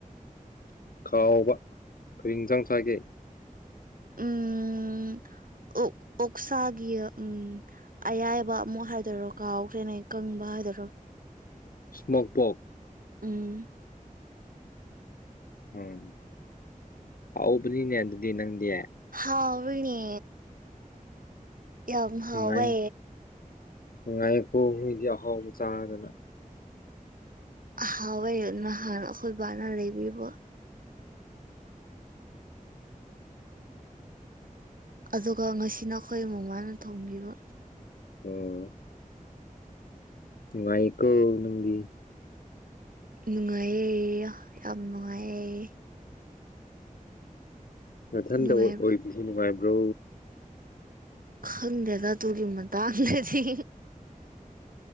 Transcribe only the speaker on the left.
ꯈꯥꯎꯕ ꯑꯩꯣꯏ ꯌꯦꯟꯁꯥꯡ ꯆꯥꯒꯦ
ꯁ꯭ꯅꯣꯣꯛꯄꯣꯛ
ꯎꯝ ꯍꯥꯎꯕꯅꯤꯅꯦ ꯑꯗꯨꯗꯤ ꯅꯪꯗꯤ
ꯅꯨꯡꯉꯥꯏ ꯅꯨꯡꯉꯥꯏꯀꯣ ꯅꯣꯏꯗꯤ ꯑꯍꯥꯎꯕ ꯆꯥꯔꯗꯅ
ꯎꯝ ꯉꯥꯏꯀꯣ ꯅꯪꯗꯤ
ꯃꯊꯟꯗ
ꯑꯣꯏꯕꯁꯨ ꯅꯨꯡꯉꯥꯏꯕ꯭ꯔꯣ